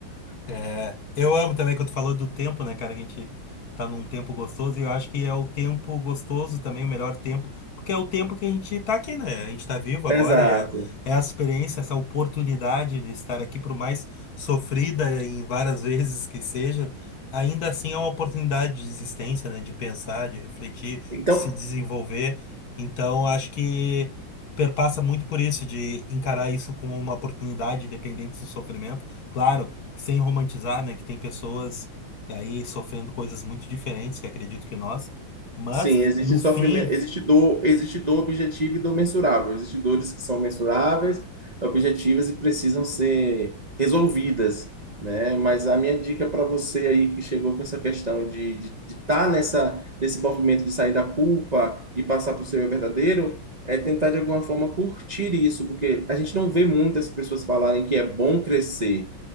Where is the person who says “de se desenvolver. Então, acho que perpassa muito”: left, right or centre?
Left